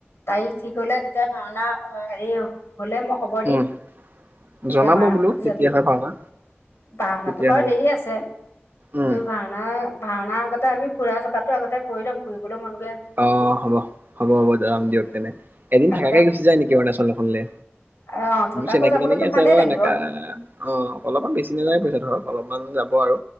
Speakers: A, on the left (about 60°); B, on the right (about 45°).
A: তাৰিখ ঠিক হলে তেতিয়া ভাওনা অ হেৰি অ। হলে মই খবৰ দিম,
B: উম
A: তেতিয়া
B: জনাব
A: মাৰ
B: বোলো কেতিয়া
A: যাবি
B: হয় ভাওনা
A: ভাওনাটো
B: কেতিয়া
A: বাৰু
B: হয়
A: দেৰি আছে। কিন্ত
B: উম
A: ভাওনা ভাওনাৰ আগতে আমি ফুৰা চকাতটো আগতে কৰি লম ফুৰিবলৈ মন গ
B: অ হ'ব হ'ব হ'ব যাম দিয়ক তেনে। এদিন
A: আগতে
B: থাকাকে গুচি যায় নেকি অৰুণাচলখনলে?
A: অ', থকাকৈ
B: মোৰ চিনাকি
A: যাবলৈতো
B: তেনোকি আছে
A: ভালেই
B: বাৰু
A: লাগিব
B: এনেকা। অ অলপমান বেছি নাযায় পইচা, ধৰক অলপমান যাব আৰু।